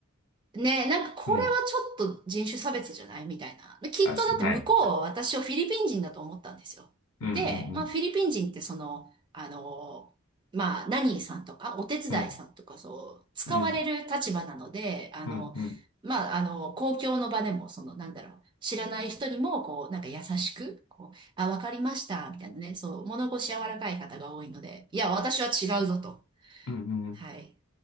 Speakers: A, on the right; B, on the left.
A: ねえ、なんかこれは
B: うん。
A: ちょっと人種差別じゃないみたいな。できっとだって向こうは私をフィリピン人だと思ったんですよ。
B: あ、すはい。うん、う
A: で、まあフィリピン人ってその、
B: ん、
A: あの、まあナニーさんとかお手伝いさんとかそう、
B: うん。うん、
A: 使われる立場なので、
B: うん、
A: あの、
B: うん、うん、
A: まああの、公共の場でもその、なんだろう、知らない人にもこう、なんか優しく、こう、あ、わかりました、みたいなね、そう、物腰柔らかい方が多いので、いや、私は違うぞと。
B: うん。うん
A: はい、